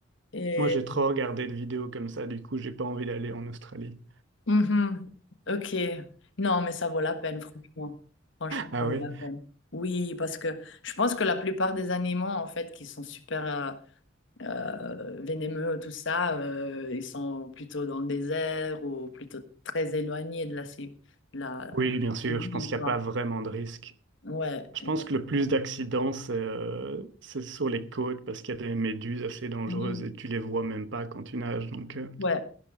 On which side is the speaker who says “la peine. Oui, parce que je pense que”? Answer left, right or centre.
Left